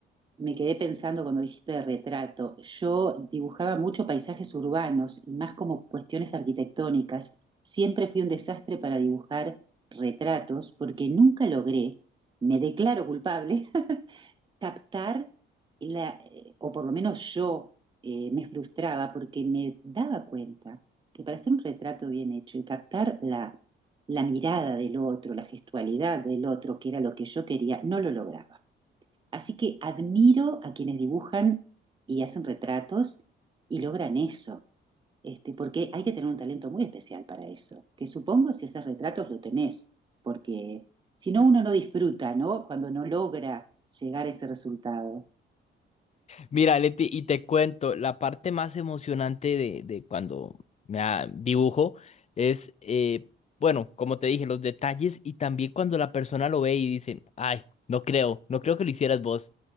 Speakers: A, on the right; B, on the left.
A: me quedé pensando cuando dijiste de retrato. Yo dibujaba mucho paisajes urbanos y más como cuestiones arquitectónicas. Siempre fui un desastre para dibujar retratos porque nunca logré, me declaro culpable, <laughs> captar la, eh, o por lo menos yo eh, me frustraba porque me daba cuenta que para hacer un retrato bien hecho y captar la, la mirada del otro, la gestualidad del otro, que era lo que yo quería, no lo lograba. Así que admiro a quienes dibujan y hacen retratos y logran eso, este, porque hay que tener un talento muy especial para eso, que supongo si haces retratos lo tenés, porque si no uno no disfruta, ¿no? Cuando no logra llegar a ese resultado.
B: Mira, Leti, y te cuento, la parte más emocionante de, de cuando me ah, dibujo es, eh, bueno, como te dije, los detalles y también cuando la persona lo ve y dice, ay, no creo, no creo que lo hicieras vos.